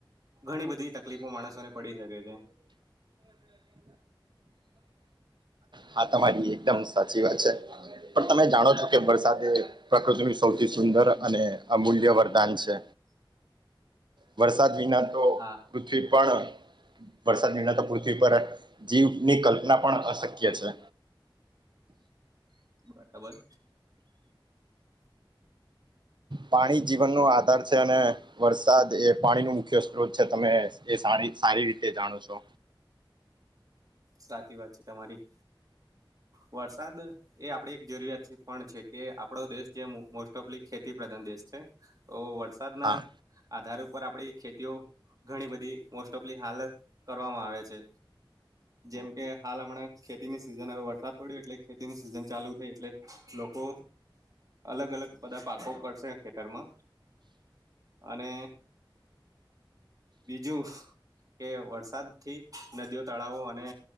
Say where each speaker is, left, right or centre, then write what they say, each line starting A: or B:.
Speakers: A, on the right; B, on the right.
A: ઘણી બધી તકલીફો માણસોને પડી શકે છે.
B: હા, તમારી એકદમ સાચી વાત છે. પણ તમે જાણો છો કે વરસાદ? પ્રકૃતિનું સૌથી સુંદર અને અમૂલ્ય વરદાન છે.
A: હ <unintelligible>
B: વરસાદ વિના તો
A: હા.
B: પૃથ્વી પર વરસાદ નિર્ણતા પૃથ્વી પર જીવની કલ્પના પણ અશક્ય છે.
A: બરાબર.
B: પાણી જીવનનો આધાર છે, અને વરસાદ એ પાણી નું મુખ્ય સ્ત્રોત છે. તમે એ સારી સારી રીતે જાણો છો?
A: સાચી વાત છે તમારી, વરસાદ એ આપડી એક જરૂરિયાત પણ છે કે આપડો દેશ જે મોસ્ટ ઓફલી ખેતી પ્રધાન દેશ છે. તો વરસાદ ના
B: હા
A: આધાર ઉપર આપડી ખેતીઓ ઘણી બધી મોસ્ટ ઓફલી કરવામાં આવે છે. જેમ કે હાલ હમણાં ખેતીની સિઝન, હવે વરસાદ પડ્યો એટલે ખેતીની સિઝન ચાલુ થઈ એટલે લોકો અલગ અલગ બધા પાકો કરશે ખેતરમાં, અને બીજું કે, વરસાદથી નદીઓ, તળાવો. અને